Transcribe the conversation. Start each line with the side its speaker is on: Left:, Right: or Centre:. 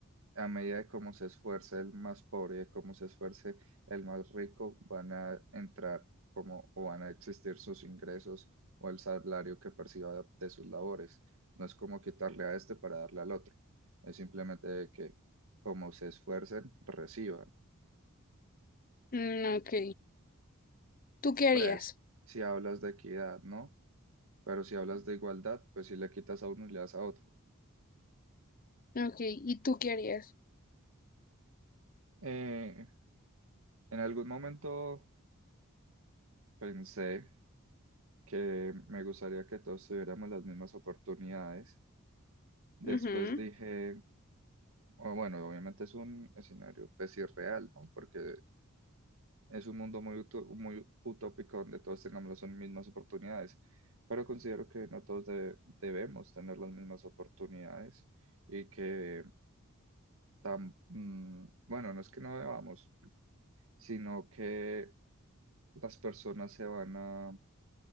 Right: A medida de cómo se esfuerce el más pobre y de cómo se esfuerce el más rico, van a entrar como o van a existir sus ingresos o el salario que perciba de, de sus labores. No es como quitarle a este para darle al otro. Es simplemente de que como se esfuercen, reciban.
Left: Mm, ok. ¿Tú qué
Right: Pues,
Left: harías?
Right: si hablas de equidad, ¿no? Pero si hablas de igualdad, pues si le quitas a uno y le das a otro.
Left: Ok, ¿y tú qué harías?
Right: Eh, en algún momento pensé que me gustaría que todos tuviéramos las mismas oportunidades. Después
Left: Ujú.
Right: dije, o bueno, obviamente es un escenario pues irreal, ¿no? Porque es un mundo muy, uto- muy utópico donde todos tengamos las mismas oportunidades, pero considero que no todos de- debemos tener las mismas oportunidades y que, tam- mm, bueno, no es que no debamos, sino que las personas se van a,